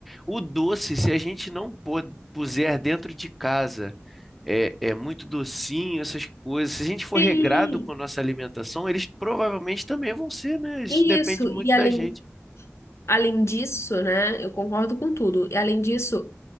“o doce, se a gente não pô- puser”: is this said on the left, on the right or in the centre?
Centre